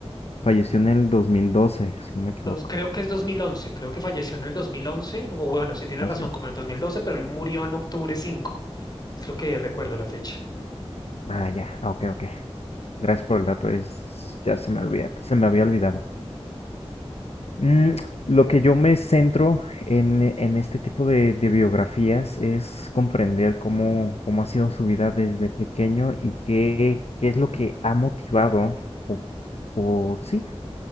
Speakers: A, on the left; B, on the left.
A: falleció en el 2012 si no me equivoco.
B: Dos- creo que es 2011. Creo que falleció en el 2011. O bueno, si tienes
A: ¿Ah,
B: razón,
A: sí?
B: como en el 2012, pero él murió en octubre 5. Es lo que recuerdo la fecha.
A: Ah, ya, ah, ok, ok. Gracias por el dato, es, ya se me olvida, se me había olvidado. Mm, lo que yo me centro en, en este tipo de, de biografías es comprender cómo, cómo ha sido su vida desde pequeño y qué, qué es lo que ha motivado, o, o sí,